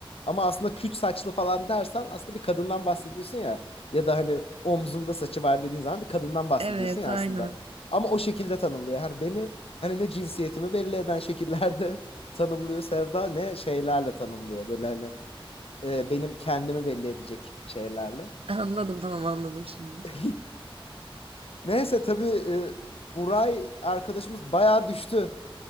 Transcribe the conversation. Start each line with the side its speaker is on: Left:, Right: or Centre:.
Left: ama aslında küt saçlı falan dersen aslında bir kadından bahsediyorsun ya ya da hani omzunda saçı var dediğin zaman bir kadından bahsediyorsun
Right: Evet
Left: ya
Right: aynen.
Left: aslında. Ama o şekilde tanımlıyor. Hani benim hani ne cinsiyetimi belli eden şekillerde <laughs> tanımlıyor Sevda ne şeylerle tanımlıyor. Böyle hani e, benim kendimi belli edecek şeylerle.
Right: Anladım tamam anladım şimdi.
Left: <laughs> Neyse tabii e, Buray arkadaşımız bayağı düştü.